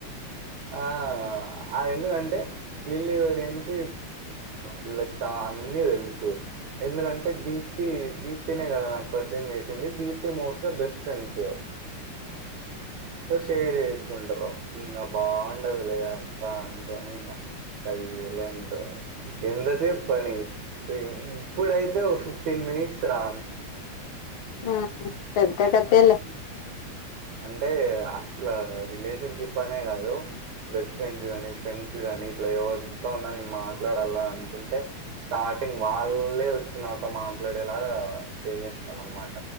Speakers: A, on the right; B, on the left.
A: ఆ అ ఎందు కంటే ఈల్లే ఎవురైనా వీలొచా అన్నీ దెలుసు ఎందుకంటే దీప్తి దీప్తీనే కదా నాకు పరిచయం చేసింది Deep Moksha best friends so share చేసేసుకుంటరు బాగుండదులే అంతా అనుకోనింగ సైలెండ్ ఎంతసేపు పని ఇప్పుడైతే ఫిఫ్టీన్ మినిట్స్ రా
B: ఆ పెద్దా కథలే
A: ఉమ్. అంటే అట్లా రిలేషన్ షిప్ అనే కాదు బెస్ట్ ఫ్రెండ్స్ కాగానీ ఫ్రెండ్స్ కాగానీ ఇట్లా ఎవరితో ఉన నేను మాట్లాడాల అని అనుకుంటే స్టార్టింగ్ వాళ్ళే నాతో మాట్లాడేలా చేసేస్తాం అనమాట